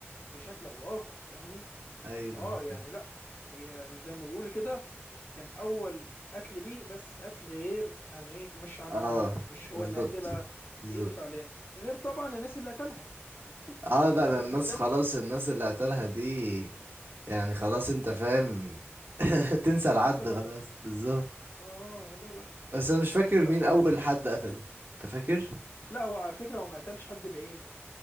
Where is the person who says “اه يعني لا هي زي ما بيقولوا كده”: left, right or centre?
Left